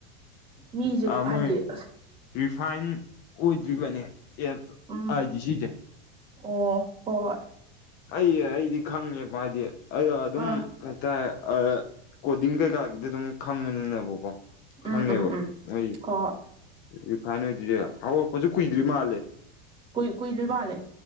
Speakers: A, on the right; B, on the left.
A: ꯃꯤꯁꯦ
B: ꯎꯝ
A: ꯍꯥꯏꯗꯤ
B: ꯃꯣꯏ
A: ꯑꯁ
B: ꯔꯤꯐꯥꯏꯟ ꯑꯣꯏꯗ꯭ꯔꯤꯕꯅꯦ ꯑꯦ
A: ꯎꯝ
B: ꯍꯥꯏꯗꯤ ꯁꯤꯁꯦ
A: ꯑꯣ ꯍꯣꯏ
B: ꯑꯩ ꯑꯩꯗꯤ ꯈꯪꯉꯦ ꯃꯥꯗꯤ ꯑ ꯑꯗꯨꯝ
A: ꯑꯥ
B: ꯀꯩꯇꯥꯔꯦ ꯀꯣꯗꯤꯡ ꯀꯩꯀꯥꯒꯤꯗꯤ ꯑꯗꯨꯝ ꯈꯪꯕꯅꯤꯅꯦꯕꯀꯣ ꯈꯪꯉꯦꯕ
A: ꯎꯝ ꯎꯝ ꯎꯝ
B: ꯅꯣꯏ
A: ꯍꯣꯏ ꯍꯣꯏ
B: ꯔꯤꯐꯥꯏꯟ ꯑꯣꯏꯗ꯭ꯔꯤꯁꯦ ꯍꯧꯔꯛꯄꯁꯨ ꯀꯨꯏꯗ꯭ꯔꯤ ꯃꯥꯜꯂꯦ
A: ꯀꯨꯏ ꯀꯨꯏꯗ꯭ꯔꯤ ꯃꯥꯜꯂꯦ